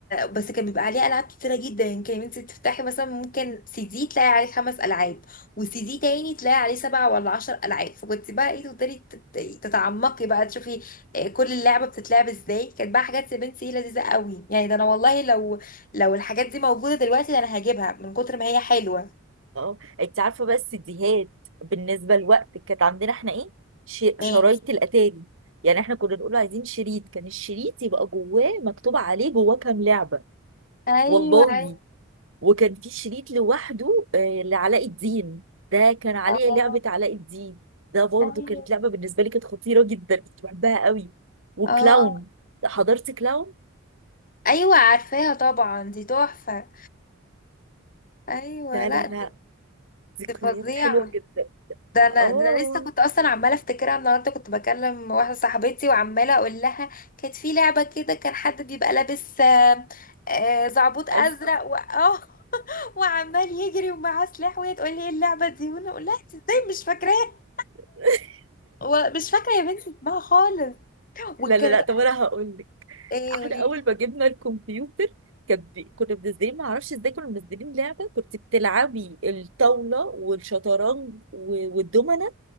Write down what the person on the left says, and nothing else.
بس كان بيبقى عليه العاب كتيره جدا يعني كان انت تفتحي مثلا ممكن سي دي تلاقي عليه خمس العاب وسي دي تاني تلاقي عليه سبعة ولا عشر العاب فكنت بقى ايه تقدري تت- تتعمقي بقى تشوفي آه، كل اللعبه بتتلعب ازاي كانت بقى حاجات يا بنتي إيه لذيذه قوي يعني ده انا والله لو لو الحاجات دي موجوده دلوقتي ده انا هجيبها من كتر ما هي حلوه
ايه
ايوه
عارفه
اه
ايوه
اه
ايوه عارفاها طبعا دي تحفه ايوه
لا
دي
دي فظيعه
ده انا
ده انا لسه كنت اصلا عماله افتكرها النهارده كنت بكلم واحده صاحبتي وعماله اقول لها كانت في لعبه كده كان حد بيبقى لابس آه، آه، زعبوط ازرق
و... اه <laughs> وعمال يجري ومعاه سلاح وهي تقول لي ايه اللعبه دي وانا اقول لها "إنت ازاي مش فاكراها
ومش فاكره يا بنتي اسمها خالص والكارت
ايه
وليه